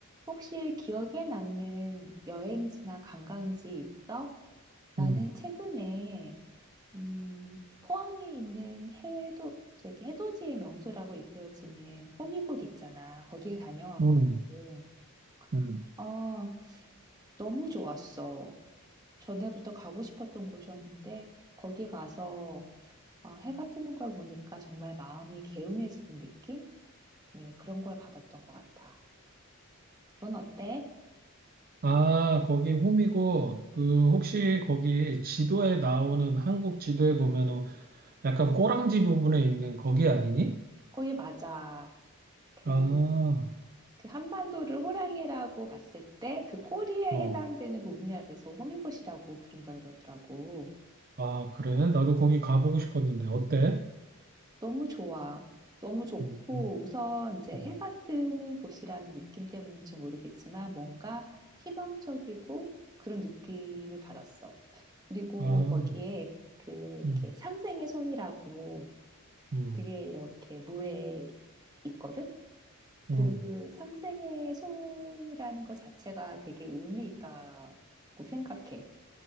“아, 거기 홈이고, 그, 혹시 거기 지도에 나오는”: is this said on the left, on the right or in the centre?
Right